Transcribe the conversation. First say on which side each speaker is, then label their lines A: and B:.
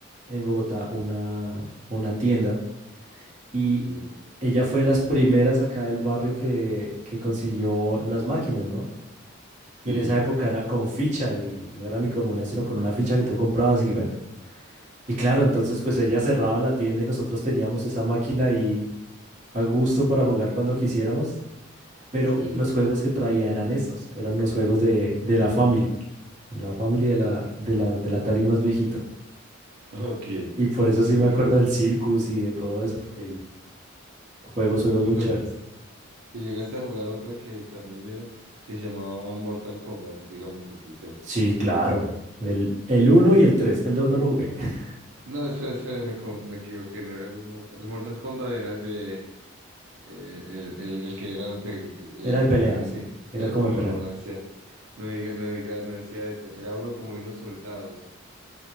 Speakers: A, on the right; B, on the right.
A: en Bogotá una, una tienda y
B: Sí,
A: ella fue de las primeras acá del barrio que, que consiguió las máquinas, ¿no?
B: sí,
A: Y en esa época era con ficha y no era ni con moneda, sino con una ficha que tú comprabas y bueno. Y claro, entonces pues ella cerraba la tienda y nosotros teníamos esa máquina ahí a gusto para jugar cuando quisiéramos. Pero
B: sí.
A: los juegos que traía eran esos, eran los juegos de, de la Family, la Family de la, de la, del Atari más viejito.
B: Ok, qué
A: Y por eso sí
B: bueno.
A: me acuerdo del Circus y de todo eso, porque juegos, juegos
B: Y tú
A: muy
B: te
A: chéveres.
B: ac- y llegaste a jugar otra que también era, que se llamaba Mortal Kombat, dígame que sí, ¿cierto?
A: Sí, claro. El, el uno y el tres el dos no lo jugué. <laughs>
B: No, espera, espera, me, co- me equivoqué, no era el Mortal, el Mortal Kombat era el de, eh, el, el- el que era el, pe- eh,
A: Era de pelea,
B: mm,
A: sí, era
B: era-
A: como
B: no,
A: de pelea.
B: no, no decía, no diga, no diga, no decía ese, era uno como de unos soldados,